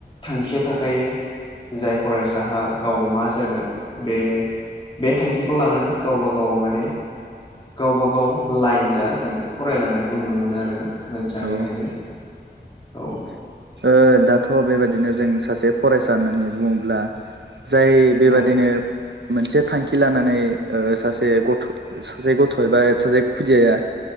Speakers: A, on the left; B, on the right.
A: थांखिया थाखायो। जाय फरायसाहा गाव मा जागोन बे। बे थांखिखौ लानानै गावबा गाव माने। गावब गाव लाइन जा जों फरायलांनायखौ नुनो मोनो आरोना मोजाङैहायो
B: औ
A: औ
B: दाथ' बेबायाददिनो जों सासे फरायसा होननानै बुङोब्ला जाय बेबादिनो
A: औ
B: मोनसे थांखि लानानै ओ सासे गथ' सासे गथ' एबा सासे खुदियाया